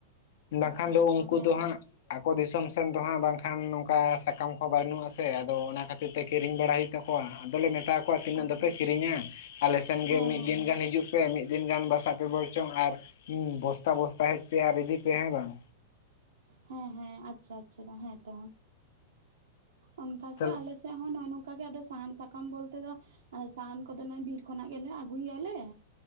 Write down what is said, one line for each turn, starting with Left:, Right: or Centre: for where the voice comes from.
Left: ᱵᱟᱠᱷᱟᱱ
Right: ᱟᱪᱪᱷᱟ
Left: ᱫᱚ
Right: ᱟᱪᱪᱷᱟ
Left: ᱩᱱᱠᱩ
Right: ᱦᱮᱸ
Left: ᱫᱚ ᱦᱟᱸᱜ
Right: ᱛᱚ ᱫᱟ
Left: ᱟᱠᱚ ᱫᱤᱥᱚᱢ ᱥᱮᱱ ᱫᱚ ᱦᱟᱸᱜ ᱵᱟᱝᱠᱷᱟᱱ ᱱᱚᱝᱠᱟ ᱥᱟᱠᱟᱢ ᱠᱚ ᱵᱟᱹᱱᱩᱜᱼᱟᱥᱮ ᱟᱫᱚ ᱚᱱᱟ ᱠᱷᱟᱹᱛᱤᱨ ᱛᱮ ᱠᱤᱨᱤᱧ ᱵᱟᱲᱟ ᱦᱩᱭᱩᱜ ᱛᱟᱠᱚᱣᱟ ᱟᱫᱚᱮ ᱢᱮᱛᱟᱣᱟ ᱠᱚᱣᱟ ᱛᱤᱱᱟᱹᱜ
Right: ᱟᱪᱪᱷᱟ
Left: ᱫᱚᱯᱮ
Right: ᱟᱪᱪᱷᱟ
Left: ᱠᱤᱨᱤᱧᱟ ᱟᱞᱮᱥᱮᱱ ᱜᱮ
Right: ᱦᱮᱸ
Left: ᱢᱤᱫ
Right: ᱦᱮᱸ
Left: ᱫᱤᱱ
Right: ᱦᱮᱸ
Left: ᱜᱟᱱ ᱦᱤᱡᱩᱜ ᱯᱮ ᱢᱤᱫ ᱫᱤᱱ ᱜᱟᱱ ᱵᱟᱥᱟᱜ ᱯᱮ ᱵᱚᱞᱪᱚᱝ ᱟᱨ ᱵᱚᱥᱛᱟ ᱵᱚᱥᱛᱟ ᱦᱮᱡ ᱯᱮ ᱟᱨ ᱤᱫᱤ ᱯᱮ ᱦᱮᱸ ᱵᱟᱝ
Right: ᱦᱮᱸ ᱦᱮᱸ ᱟᱪᱪᱷᱟ ᱟᱪᱪᱷᱟ ᱦᱮᱸ ᱛᱚ ᱚᱱᱠᱟᱜ
Left: ᱛᱟᱦᱞᱮ
Right: ᱜᱮ ᱟᱞᱮ ᱥᱮᱫ ᱦᱚᱸ ᱱᱚᱜᱼᱚᱭ ᱱᱚᱝᱠᱟ ᱜᱮᱫᱚ ᱥᱟᱦᱟᱱ ᱥᱟᱠᱟᱢ ᱵᱚᱞᱛᱮ ᱫᱚ ᱟᱨ ᱥᱟᱦᱟᱱ ᱠᱚᱫᱚ ᱵᱤᱨ ᱠᱷᱚᱱᱟᱜ ᱜᱮᱞᱮ ᱟᱹᱜᱩᱭ ᱟᱞᱮ